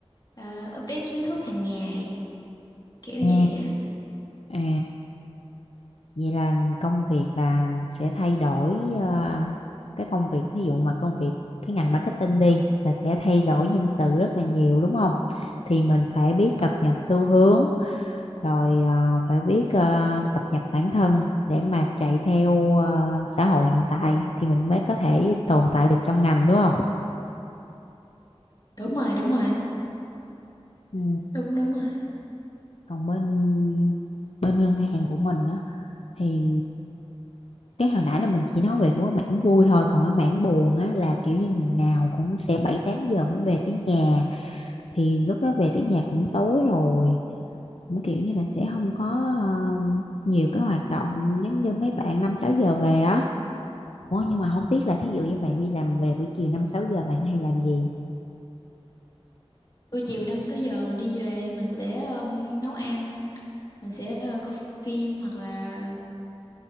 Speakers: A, on the left (about 40°); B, on the left (about 75°).
A: Ờ, update kiến thức hàng ngày kiểu
B: à
A: vậy á
B: À, vậy là công việc là sẽ thay đổi ờ, cái công việc ví dụ mà công việc cái ngành marketing đi là sẽ thay đổi nhân sự rất là nhiều đúng không? Thì mình phải biết cập nhật xu hướng rồi ờ, phải biết ờ, cập nhật bản thân để mà chạy theo ờ, xã hội hiện tại thì mình mới có thể tồn tại được trong ngành đúng không?
A: đúng rồi đúng rồi
B: Ừ.
A: đúng đúng rồi
B: Còn bên bên ngân hàng của mình á thì cái hồi nãy là mình chỉ nói về của cái mảng vui thôi còn cái mảng buồn á là kiểu như ngày nào cũng sẽ bảy tám giờ mới về tới nhà thì lúc đó về tới nhà cũng tối rồi cũng kiểu như là sẽ không có ờ, nhiều cái hoạt động giống như mấy bạn năm sáu giờ về á Ủa nhưng mà không biết là thí dụ như bạn đi làm về buổi chiều năm sáu giờ bạn hay làm gì
A: buổi chiều năm sáu giờ mình đi về mình sẽ um, nấu ăn mình sẽ ờ, coi phim hoặc là